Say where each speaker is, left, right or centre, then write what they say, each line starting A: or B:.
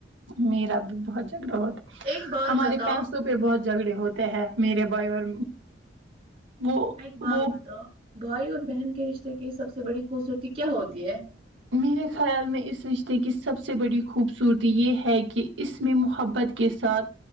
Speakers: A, on the right; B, on the right.
A: میرا بھی بہت جھگڑا ہوتا
B: ہے ایک بات
A: ہمارے
B: بتاؤ
A: پیسوں پہ بہت جھگڑے ہوتے ہیں میرے بھائی اور وہ
B: ایک بات
A: وہ
B: بتاؤ بھائی اور بہن کے رشتے کی سب سے بڑی خوبصورتی کیا ہوتی ہے
A: میرے خیال میں اس رشتے کی سب سے بڑی خوبصورتی یہ ہے کہ اس میں محبت کے ساتھ